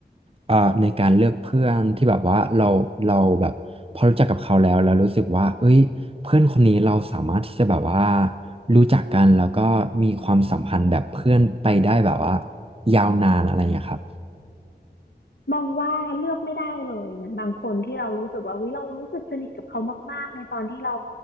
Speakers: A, on the right; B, on the left.
A: อ่าในการเลือกเพื่อนที่แบบว่าเราเราแบบพอรู้จักกับเขาแล้วแล้วรู้สึกว่าเอ้ยเพื่อนคนนี้เราสามารถที่จะแบบว่ารู้จักกันแล้วก็มีความสัมพันธ์แบบเพื่อนไปได้แบบว่ายาวนานอะไรอย่างเงี้ยครับ
B: มองว่าเลือกไม่ได้เลยเหมือนบางคนที่เรารู้สึกว่าวิเรารู้สึกสนิทกับเขามากๆในตอนที่เรา